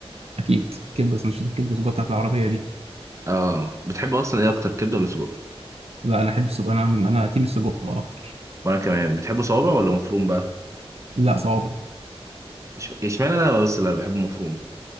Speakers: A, on the right; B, on the right.
A: اكيد كبده سندوتشات الكبده الجوه بتاعت العربيه دي
B: اه بتحب اصلا ايه اكتر كبده ولا سجق
A: لا انا احب السجق انا انا تيم السجق اكتر
B: وانا كمان بتحبه صوابع ولا مفروم بقى
A: لا صوابع
B: إش- اشمعنى انا بس اللي بحبه مفروم